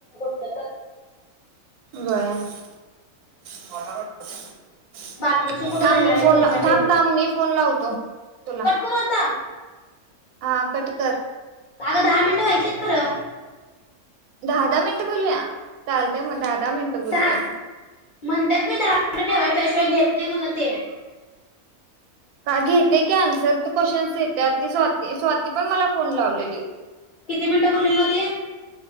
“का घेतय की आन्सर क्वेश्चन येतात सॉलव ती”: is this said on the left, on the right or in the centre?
Right